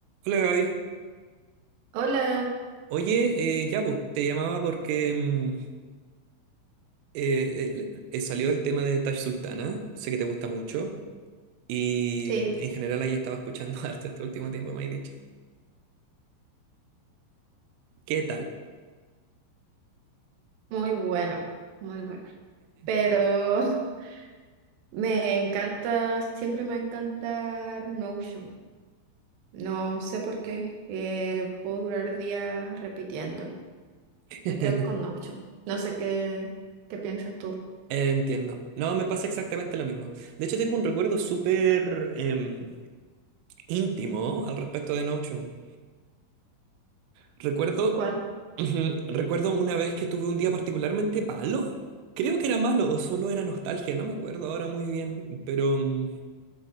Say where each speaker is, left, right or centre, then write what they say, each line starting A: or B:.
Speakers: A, on the right; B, on the right.
A: Hola Gaby.
B: Hola,
A: Oye, eh, ya pues, te llamaba porque mm, eh, eh, le- eh, salió el tema de Tash Sultana, sé que te gusta mucho y
B: sí,
A: mm, en general ahí estaba escuchando <laughs> harto este último tiempo, me has dicho. ¿Qué tal?
B: muy bueno, muy bueno. Pero <laughs> me encanta, siempre me va a encantar Notion. No sé por qué, eh, puedo durar días repitiéndolo.
A: <laughs>
B: Me quedo con Notion. No sé qué, qué piensas tú.
A: Entiendo. No, me pasa exactamente lo mismo. De hecho, tengo un recuerdo súper em, íntimo al respecto de Notion. Recuerdo,
B: ¿Cuál?
A: ujú, recuerdo una vez que tuve un día particularmente malo. Creo que era malo o solo era nostalgia, no me acuerdo ahora muy bien, pero... mm,